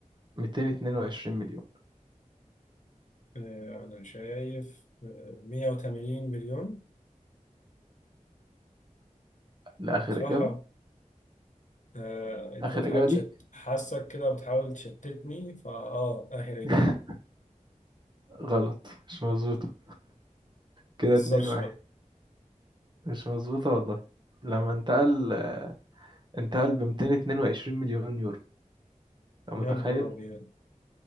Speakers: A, on the right; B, on the left.
A: ميتين اتنين وعشرين مليون
B: آه، أنا شايف آه، 180 مليون
A: لآخر
B: صح؟
A: إجابة
B: آه، انت
A: آخر
B: بتحاول
A: إجابة
B: تشت
A: ليك
B: حاسك كده بتحاول تشتتني فا اه اخر اجابه
A: <laughs> غلط مش مظبوطة كده
B: ما تهزرش
A: اتنين واحد
B: بقى
A: مش مظبوطة والله لما انتقل انتقل بميتين اتنين وعشرين مليون يورو أنت
B: يا
A: متخيل؟
B: نهار ابيض